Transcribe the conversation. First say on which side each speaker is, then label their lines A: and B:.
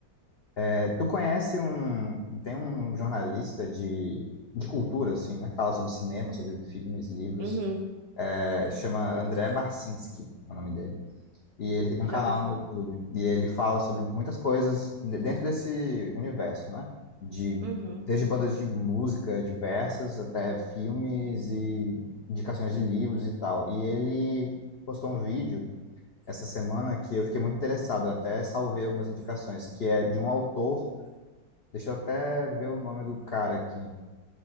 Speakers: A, on the left (about 65°); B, on the right (about 65°).
A: É, tu conhece um. Tem um jornalista de. De cultura, assim, né? que Fala sobre cinema, sobre filmes, livros.
B: Uhum.
A: É, chama André Barcinski, é o nome dele. E ele tem um
B: Já
A: canal
B: ouvi falar.
A: no YouTube. E ele fala sobre muitas coisas de- dentro desse universo, né? De,
B: Uhum.
A: desde bandas de música diversas até filmes e indicações de livros e tal. E ele postou um vídeo essa semana que eu fiquei muito interessado. Eu até salvei algumas indicações, que é de um autor. Deixa eu até ver o nome do cara aqui,